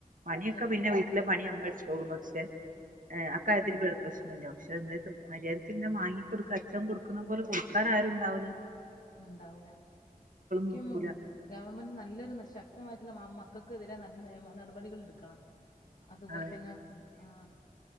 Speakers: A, on the right; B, on the left.
A: പണിയൊക്കെ
B: ചെലവിനും
A: പിന്നെ
B: കൊടുക്കും
A: വീട്ടില് പണി അമ്മെ തോന്നും പക്ഷേ അക്കാര്യത്തി പ്രശ്നല്ല പക്ഷെ എന്നിട്ടും മര്യാദക്കെല്ലാം വാങ്ങികൊടുക്ക അച്ഛൻ കൊടുക്കുന്ന പോലെ കൊടുക്കാൻ ആരും ണ്ടാവില്ല
B: ഉണ്ടാവൂല ശരിക്കും
A: നോക്കൂല
B: ഗവൺമെന്റ് നല്ലൊരു ശക്തമായിട്ടുള്ള മ മക്ക മക്കൾക്ക് എതിരെ നല്ല നിയമ നടപടികൾ എടുക്കണം അതുപോല
A: അതെ
B: തന്നെ ആഹ്